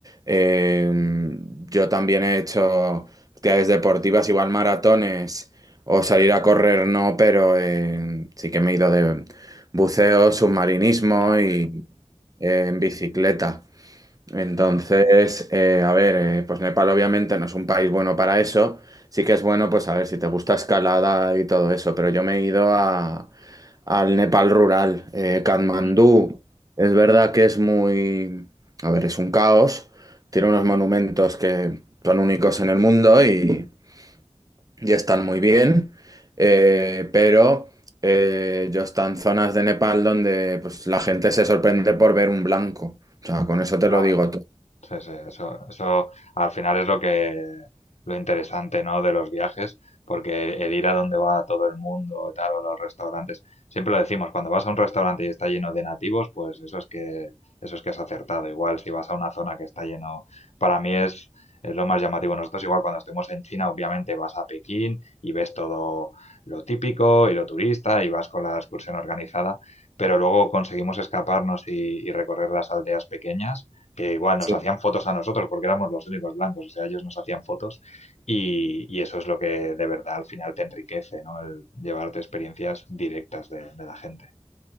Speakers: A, on the right; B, on the left.
A: eh, yo también he hecho actividades deportivas, igual maratones o salir a correr, no, pero eh, sí que me he ido de buceo, submarinismo
B: Ah,
A: y
B: muy bien.
A: eh, en bicicleta. Entonces,
B: Mm,
A: eh, a ver, eh, pues Nepal obviamente no es un país bueno para eso. Sí que es bueno, pues a ver, si te gusta escalada y todo eso, pero yo me he ido a, al Nepal rural. Eh, Katmandú,
B: mm.
A: es verdad que es muy, a ver, es un caos. Tiene unos monumentos que son únicos en el mundo y, y están muy bien, Eh, pero eh, yo estoy en zonas de Nepal donde pues, la gente se sorprende por ver un blanco. O sea, con eso te
B: Claro.
A: lo digo todo.
B: Sí, sí, eso, eso al final es lo que lo interesante, ¿no? de los viajes, porque el ir a donde va todo el mundo y tal, o los restaurantes, siempre lo decimos, cuando vas a un restaurante y está lleno de nativos, pues eso es que eso es que has acertado. Igual si vas a una zona que está lleno, para mí es es lo más llamativo. Nosotros igual cuando estemos en China, obviamente vas a Pekín y ves todo lo típico y lo turista y vas con la excursión organizada, pero luego conseguimos escaparnos y, y recorrer las aldeas pequeñas que igual nos
A: Sí.
B: hacían fotos a nosotros porque éramos los únicos blancos, o sea, ellos nos hacían fotos y, y eso es lo que de verdad al final te enriquece, ¿no? El llevarte experiencias directas de, de la gente.